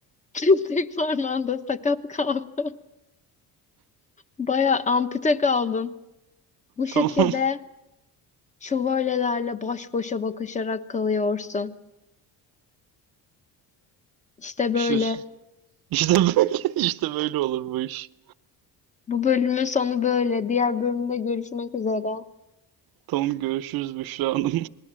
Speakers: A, on the left (about 20°); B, on the right (about 70°).
A: <laughs> Tek parmağında sakat kaldın. Baya ampute kaldın. Bu şekilde
B: Tamam. <laughs>
A: şövalyelerle baş başa bakışarak kalıyorsun. İşte böyle.
B: Bir şey. İşte böyle, <laughs> işte böyle olur bu iş.
A: Bu bölümün sonu böyle. Diğer bölümde görüşmek üzere.
B: Tamam görüşürüz Büşra Hanım.